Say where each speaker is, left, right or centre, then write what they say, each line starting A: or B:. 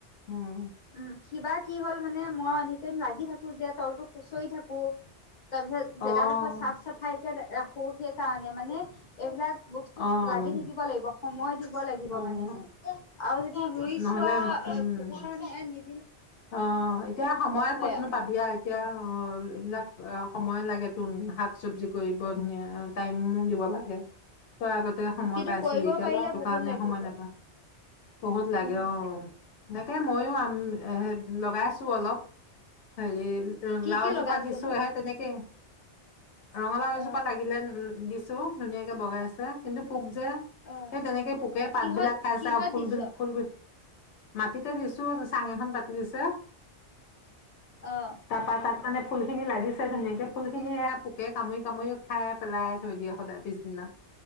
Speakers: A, on the left (about 75°); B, on the left (about 55°).
A: উম,
B: উম শিবা কি হ'ল মানে মই এনি টাইম লাগি থাকো যে তলতো খুচৰি থাকো তা পাছত যেগা
A: অ',
B: দখৰ চাফ চাফাই কে ৰাখো সেইকাৰণে মানে এইবিলাক বস্তুত
A: অ',
B: লাগি থাকিব লাগিব সময় দিব দিব লাগিব
A: অ',
B: মানে। আৰু যেতিয়া ৰুই
A: নহ'লে
B: চোৱা
A: উম,
B: ফক মে
A: অ', এতিয়া সময় কতনো
B: আৰু
A: পাবিযা এতিয়া অ', এইবিলাক অ', সময়ে লাগে তুন শাক চবজি কৰিব ধুনীয়া টাইমো দিব লাগে। তই আগতে সময়
B: কিন্তু
A: পাইছিলি
B: কৰিব
A: এতিয়া
B: পাৰিলে
A: লৰাটোৰ
B: বহুত
A: কাৰণে
B: লাগিব
A: সময় নাপা বহুত লাগে।
B: উম
A: অ', এনেকে ময়ো আম এ লগাইছো অলপ, হেৰি উ,
B: কি
A: লাওজোপা
B: কি লগাইছনো
A: দিছোহে তেনেকে ৰঙালাওজোপা
B: অ
A: লাগিলে। দি ধুনীয়াকে বগাই আছে কিন্তু পোক যে,
B: অ
A: সেই তেনেকে পোকে পাত
B: কিহত
A: বিলাক খাইছে
B: কিহত
A: আৰু ফুল
B: দিছ
A: বি ফুল বি মাটিতে দিছো চাং এ খন পতি দিছে।
B: আহ,
A: তাৰপা তাত মানে ফুল খিনি লাগিছে ধুনীয়াকে ফুল খিনি সেয়া পোকে কামুৰি-কামুৰি খাই পেলাই থৈ দিয়ে। সদায় পিছদিনা